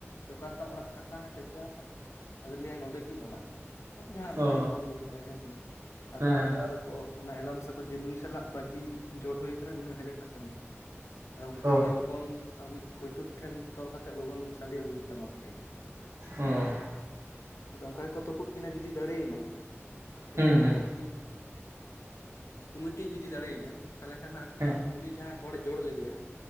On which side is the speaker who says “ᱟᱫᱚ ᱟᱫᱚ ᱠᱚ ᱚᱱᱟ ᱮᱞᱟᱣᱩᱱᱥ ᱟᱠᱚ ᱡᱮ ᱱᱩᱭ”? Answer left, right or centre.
Left